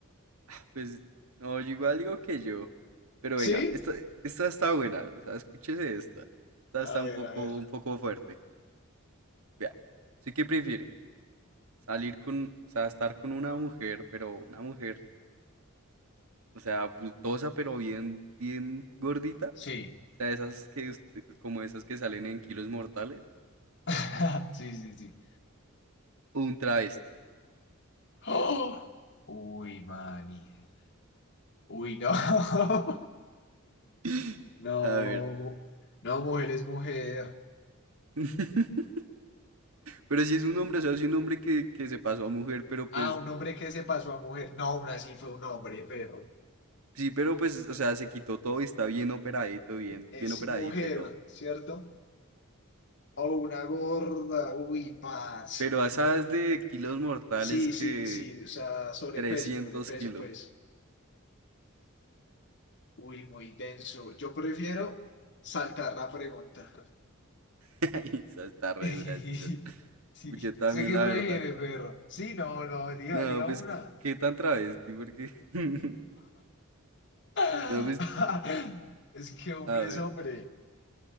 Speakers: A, on the right (about 80°); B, on the left (about 55°).
A: Ah, Pues, no, yo igual digo que yo. Pero venga,
B: ¿Sí?
A: esta, esta está buena. O sea, escúchese esta. Esta
B: A
A: está un
B: ver,
A: poco,
B: a ver.
A: un poco fuerte. Vea. ¿Sí que prefiere? Salir con, o sea, estar con una mujer, pero una mujer, o sea, bultosa, pero bien, bien gordita.
B: Sí.
A: O sea, esas que usted, como esas que salen en kilos mortales.
B: <laughs> Sí, sí, sí.
A: O un travesti.
B: <gasps> ¡Oh! Uy, mani. Uy, no. <laughs>
A: <gasps> <laughs>
B: No,
A: A ver.
B: mu- no, mujer es mujer.
A: <laughs> Pero sí es un hombre, o sea, es un hombre que, que se pasó a mujer, pero pues,
B: Ah, un hombre que se pasó a mujer. No, aún así fue un hombre, pero
A: sí, pero pues, o sea, se quitó todo y está bien operadito, bien,
B: es
A: bien operadita
B: mujer,
A: y todo.
B: ¿cierto? o una gorda. Uy, parce.
A: Pero a esas de kilos mortales
B: Sí,
A: que
B: sí, sí. O sea, sobrepeso,
A: trescientos
B: sobrepeso,
A: kilos.
B: pues. Uy, muy denso. Yo prefiero saltar la pregunta.
A: <laughs> Esa está re
B: <laughs>
A: dura, sí, esas.
B: Sí,
A: Yo también,
B: sé que
A: la
B: prefieres,
A: verdad.
B: perro. Sí, no, no, elija,
A: No,
B: elija
A: pues,
B: una.
A: ¿qué tan travesti? Porque, <laughs> no,
B: <laughs>
A: pues,
B: Es que hombre
A: a ver,
B: es hombre.